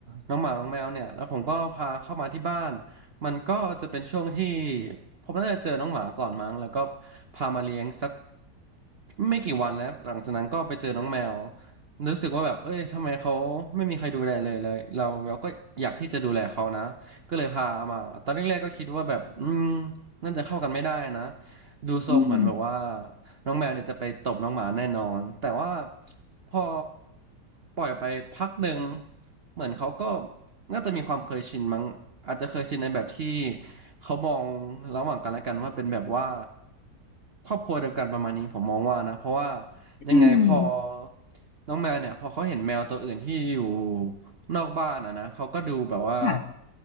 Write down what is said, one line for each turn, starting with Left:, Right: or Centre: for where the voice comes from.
Right: น้องหมาน้องแมวเนี่ยแล้วผมก็พาเข้ามาที่บ้านมันก็จะเป็นช่วงที่ผมน่าจะเจอน้องหมาก่อนมั้งแล้วก็พามาเลี้ยงสักไม่กี่วันแล้วหลังจากนั้นก็ไปเจอน้องแมว รู้สึกว่าแบบ เอ้ยทำไมเขาไม่มีใครดูแลเลยเลยเราเราก็อยากที่จะดูแลเขานะ ก็เลยพามา ตอนแรกๆก็คิดว่าแบบ อืมน่าจะเข้ากันไม่ได้นะ ดูทรงเหมือนแบบว่า
Left: อืม
Right: น้องแมวเนี่ยจะไปตบน้องหมาแน่นอน แต่ว่าพอปล่อยไปพักหนึ่งเหมือนเขาก็น่าจะมีความเคยชินมั้งอาจจะเคยชินในแบบที่เขามองระหว่างกันและกันว่าเป็นแบบว่าครอบครัวเดียวกันประมาณนี้ผมมองว่านะเพราะว่ายังไงพอ
Left: อืม
Right: น้องแมวเนี่ยพอเขาเห็นแมวตัวอื่นที่อยู่นอกบ้านอ่ะนะเขาก็ดูแบบว่า
Left: ค่ะ